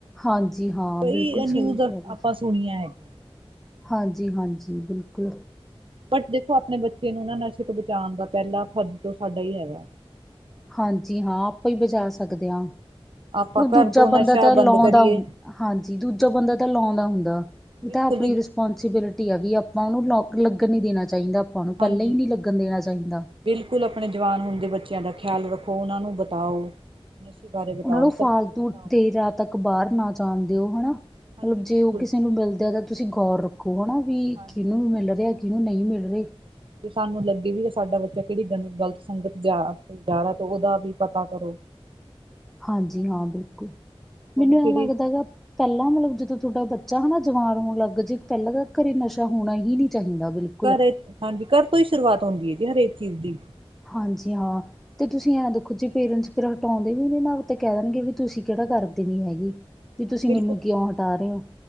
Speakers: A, in the centre; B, on the right.
A: ਹਾਂਜੀ ਹਾਂ।
B: ਕਈ
A: ਬਿਲਕੁਲ ਸਹੀ
B: ਨਿਊਜ਼
A: ਗੱਲ
B: ਆਪਾਂ
A: ਕਿਹਾ ਜੀ।
B: ਸੁਣੀਆਂ ਐ।
A: ਹਾਂਜੀ-ਹਾਂਜੀ ਬਿਲਕੁਲ।
B: ਬਟ ਦੇਖੋ ਆਪਣੇ ਬੱਚੇ ਨੂੰ ਨਾ ਨਸ਼ੇ ਤੋਂ ਬਚਾਣ ਦਾ ਪਹਿਲਾ ਫਰਜ਼ ਤਾਂ ਸਾਡਾ ਹੀ ਹੈਗਾ।
A: ਹਾਂਜੀ ਹਾਂ। ਆਪਾਂ ਈ ਬਚਾ ਸਕਦੇ ਆ।
B: ਆਪਾਂ
A: ਮਤਲਬ ਦੂਜਾ
B: ਘਰ ਤੋਂ ਨਸ਼ਾ
A: ਬੰਦਾ ਤਾਂ ਲੋਦਾ,
B: ਬੰਦ ਕਰੀਏ
A: ਹਾਂਜੀ ਦੂਜਾ ਬੰਦਾ ਤਾਂ ਲਾਉਦਾ ਹੁੰਦਾ। ਇਹ
B: ਬਿਲਕੁਲ
A: ਤਾਂ ਆਪਣੀ
B: ਜੀ
A: ਪੋਸੀਬਿਲਿਟੀ ਆ ਵੀ ਆਪਾਂ ਉਹਨੂੰ ਲ ਲੱਗਣ ਹੀ ਦੇਣਾ ਚਾਹੀਦਾ ਆਪਾਂ ਨੂੰ। ਪਹਿਲਾਂ
B: ਹਾਂਜੀ
A: ਹੀ ਨੀ ਲੱਗਣ ਦੇਣਾ ਚਾਹੀਦਾ।
B: ਬਿਲਕੁਲ ਆਪਣੇ ਜਵਾਨ ਹੋਣ ਦੇ ਬੱਚਿਆਂ ਦਾ ਖਿਆਲ ਰੱਖੋ। ਉਹਨਾਂ ਨੂੰ ਬਤਾਓ ਨਸ਼ੇ ਬਾਰੇ।
A: ਉਹਨਾਂ
B: ਬਤਾਓ
A: ਨੂੰ
B: ਸਭ
A: ਫਾਲਤੂ
B: ਕੁਛ ਬਤਾਓ
A: ਦੇਰ ਰਾਤ ਤੱਕ ਬਾਹਰ ਨਾ ਜਾਣ ਦਿਓ ਹਨਾ।
B: ਹਾਂਜੀ
A: ਮਤਲਬ
B: ਬਿਲਕੁਲ
A: ਜੇ ਉਹ ਕਿਸੇ ਨੂੰ ਮਿਲਦਾ ਤਾਂ ਤੁਸੀਂ ਗੌਰ ਰੱਖੋ ਹਨਾ ਵੀ
B: ਹਾਂਜੀ
A: ਕਿਹਨੂੰ ਵੀ ਮਿਲ ਰਿਹਾ। ਕਿਹਨੂੰ ਨਹੀਂ ਮਿਲ ਰਹੇ।
B: ਜੇ ਸਾਨੂੰ ਲੱਗੇ ਸਾਡਾ ਬੱਚਾ ਕਿਹੜੀ ਗਲਤ ਸੰਗਤ ਜਾ ਰਿਹਾ ਤਾਂ ਉਹਦਾ ਵੀ ਪਤਾ ਕਰੋ।
A: ਹਾਂਜੀ
B: ਹਨਾ
A: ਹਾਂ ਬਿਲਕੁਲ।
B: ਉਹਨੂੰ
A: ਮੈਨੂੰ
B: ਕਿਹੜੀ
A: ਐ ਲੱਗਦਾ ਗਾ। ਪਹਿਲਾਂ ਮਤਲਬ ਜਦੋ ਤੁਹਾਡਾ ਬੱਚਾ ਹਨਾ ਜਵਾਨ ਹੋਣ ਲੱਗ ਜੇ ਪਹਿਲਾਂ ਤਾਂ ਘਰੇ ਨਸ਼ਾ ਹੋਣਾ ਹੀ ਨੀ ਚਾਹੀਦਾ ਬਿਲਕੁਲ।
B: ਘਰੇ ਹਾਂਜੀ ਘਰ ਤੋਂ ਹੀ ਸ਼ੁਰੂਆਤ ਹੁੰਦੀ ਏ ਜੀ ਹਰੇਕ ਚੀਜ਼ ਦੀ।
A: ਹਾਂਜੀ ਹਾਂ। ਤੇ ਤੁਸੀ ਐਂ ਦੇਖੋ ਜੇ ਪੇਰੈਂਟਸ ਫਿਰ ਹਟਾਉਦੇ ਵੀ ਨਾ ਤਾਂ ਕਹਿ ਦੇਣਗੇ ਵੀ ਤੁਸੀ ਕਿਹੜਾ ਕਰਦੇ ਨੀ ਹੈਗੇ। ਵੀ ਤੁਸੀ
B: ਬਿਲਕੁਲ
A: ਮੈਨੂੰ ਕਿਉ ਹਟਾ ਰਹੇ ਹੋ।